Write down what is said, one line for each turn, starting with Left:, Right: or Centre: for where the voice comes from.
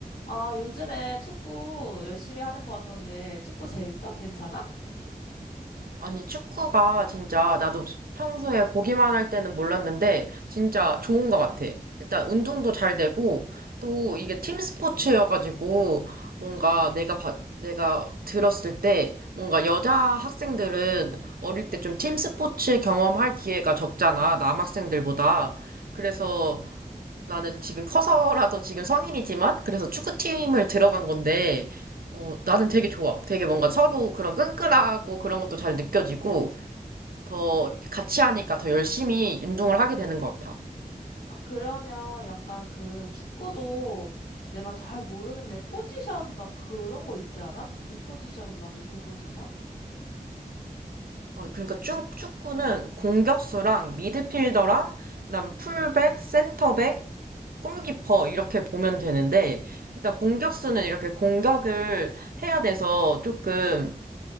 Left: 아, 요즘에 축구 열심히 하는 것 같던데, 축구 재밌어? 괜찮아?
Right: 아니, 축구가 진짜 나도 평소에 보기만 할 때는 몰랐는데 진짜 좋은 것 같아. 일단 운동도 잘 되고 또 이게 팀 스포츠여가지고 뭔가 내가 봤- 내가 들었을 때 뭔가 여자 학생들은 어릴 때 좀 팀 스포츠 경험할 기회가 적잖아. 남학생들보다. 그래서 나는 지금 커서라도 지금 성인이지만, 그래서 축구팀을 들어간 건데, 어, 나는 되게 좋아. 되게 뭔가 서로 그런 끈끈하고 그런 것도 잘 느껴지고, 더
Left: 음.
Right: 같이 하니까 더 열심히 운동을 하게 되는 것 같아.
Left: 아, 그러면 약간 그 축구도 내가 잘 모르는데 포지션 막 그런 거 있지 않아? 무슨 포지션, 막 무슨 포지션?
Right: 어, 그러니까 축 축구는 공격수랑 미드필더랑, 그다음 풀백, 센터백, 골키퍼 이렇게 보면 되는데, 일단 공격수는 이렇게 공격을 해야 돼서 조금